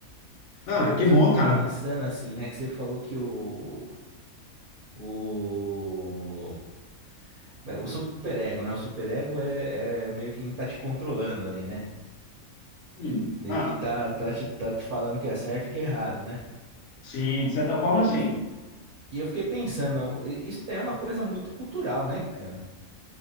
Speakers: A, on the left; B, on the right.
A: Ah,
B: Mas depois
A: que bom,
B: eu fiquei
A: cara.
B: pensando assim, né, que você falou que o, o, como é? o superego, né, o superego é, é meio que tá te controlando ali, né?
A: Hum,
B: Meio
A: ah,
B: que tá, tá te, tá te falando o que é certo e o que é errado, né?
A: sim, de certa forma, sim.
B: E eu, e eu fiquei pensando, i- isso é uma coisa muito cultural, né, cara?